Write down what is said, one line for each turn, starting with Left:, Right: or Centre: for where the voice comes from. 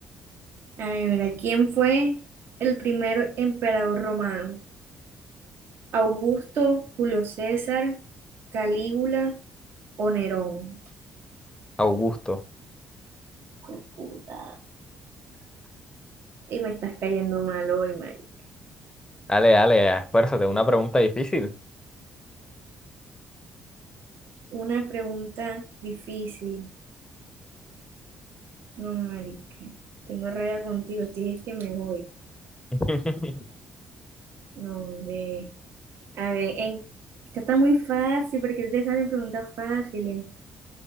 Right: A ver, mira, ¿quién fue el primer emperador romano? ¿Augusto, Julio César, Calígula o Nerón?
Left: Augusto.
Right: Fue puta. Y me estás cayendo mal hoy, Mari.
Left: Dale, dale, esfuérzate. Una pregunta difícil.
Right: Una pregunta difícil. No, marica. Tengo raya contigo. Te dije que me voy.
Left: <laughs>
Right: No, ve. A ver, en... esta está muy fácil porque te salen preguntas fáciles.